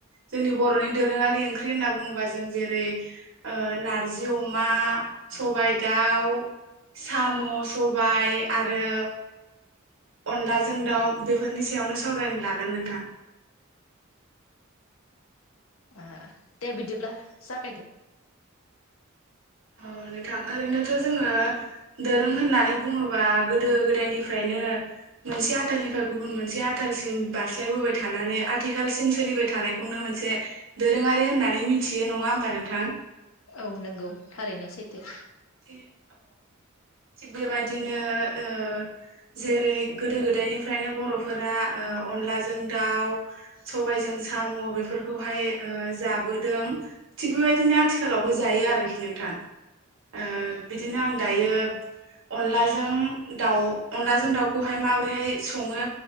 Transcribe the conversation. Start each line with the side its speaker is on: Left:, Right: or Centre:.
Right: जोंनि बरनि दोरोङारि ओंख्रि होनना बुङोबा जों जेरै ओ-नारजि अमा सबायाइ दाउ साम सबाय आरो। अनलाजों दाउ बेफोरनि सायावनो सावरायनो लागोन नोंथां।
Left: अ दे बिदिब्ला जागायदे।
Right: औ नोंथां ओरैनोथ' जोङो। दोरों होननानै बुङोबा गोदो गोदायनिफ्रायनो मोनसे आथालनिफ्राय गुबुन मोनसे आाथालसिम बारस्लायबोबाय थानानै आथिखालसिम सोलिबाय थानायखौनो मोनसे दोरोङारि होननानै मिथियो नङा होमबा नोंथां?
Left: औ नंगौ थारैनो सैथो।
Right: <unintelligible> थिग बेबायदिनो ओ- जेरै गोदो गोदायनिफ्रायनो बरफोरा ओ-अनलाजों दाउ सबायजों साम बेफोरखौहाय ओ-जाबोदों थिग बेबायदिनो आथिखालावबो जायो आरोखि नोंथां। ओ- बिदिनो आं दायो अनलाजों दाउ अनलाजों दाउखौहाय माबोरैहाय सङो